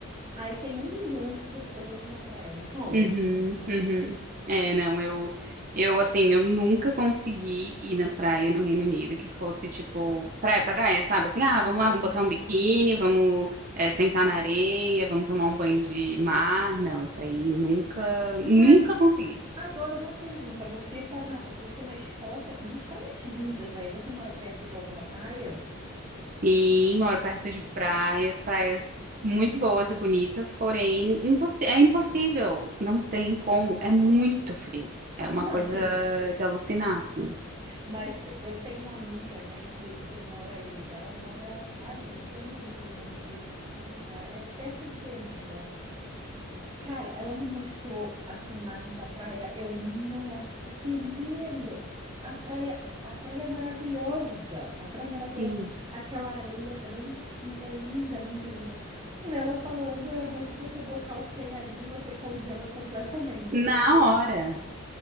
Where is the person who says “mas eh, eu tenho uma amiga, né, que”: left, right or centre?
Right